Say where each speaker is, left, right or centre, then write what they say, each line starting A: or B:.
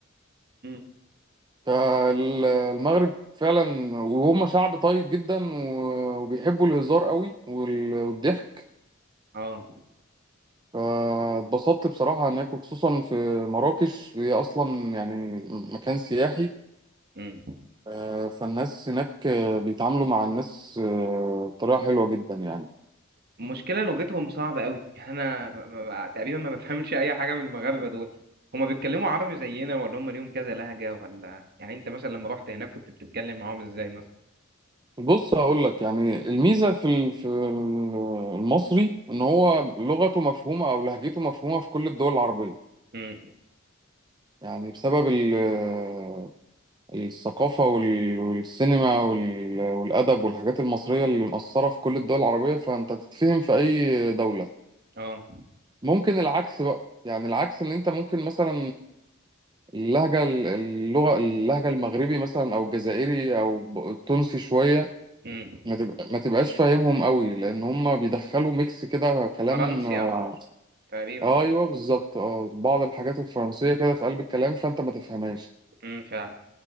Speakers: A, on the right (about 50°); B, on the right (about 20°).
A: امم
B: فالمغرب فعلا وهم شعب طيب جدا و- وبيحبوا الهزار قوي وال- والضحك
A: اه
B: فاتبسطت بصراحة هناك وخصوصا في مراكش هي أصلا يعني مكان سياحي
A: امم
B: آه، فالناس هناك آه، بيتعاملوا مع الناس آه، بطريقة حلوة جدا يعني
A: المشكله لغتهم صعبه قوي يعني انا ما- ما- تقريبا ما بفهمش اي حاجه من المغاربه دول هما بيتكلموا عربي زينا ولا هما ليهم كذا لهجه ولا يعني انت مثلا لما رحت هناك كنت بتتكلم معاهم ازاي مثلا
B: بص هقول لك يعني الميزه في ال- في ال- المصري ان هو لغته مفهومه او لهجته مفهومه في كل الدول العربيه
A: امم
B: يعني بسبب ال- الثقافه وال- والسينما وال- والادب والحاجات المصريه اللي مأثره في كل الدول العربيه فانت تتفهم في اي دوله
A: اه
B: ممكن العكس بقى يعني العكس ان انت ممكن مثلا اللهجه اللغه اللهجه المغربي مثلا او الجزائري او التونسي شويه
A: امم
B: ما تبقى ما تبقاش فاهمهم قوي لان هم بيدخلوا ميكس كده كلام
A: فرنسي
B: آه
A: او تقريبا
B: ايوه
A: اه
B: بالظبط اه بعض الحاجات الفرنسيه كده في قلب الكلام فانت ما تفهمهاش
A: امم فعلا